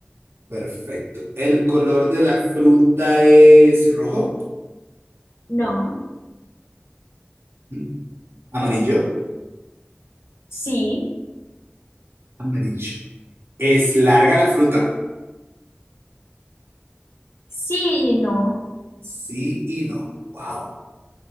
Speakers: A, on the right; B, on the left.
A: Perfecto. ¿El color de la fruta es rojo?
B: No.
A: Ujú. ¿Amarillo?
B: Sí.
A: Amarillo. ¿Es larga la fruta?
B: Sí, no,
A: Sí y no. Wow.